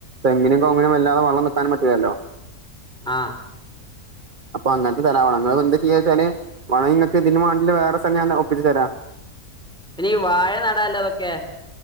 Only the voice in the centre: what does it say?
ആ
പിന്നെ ഈ വാഴ നടല്ല അതൊക്കെ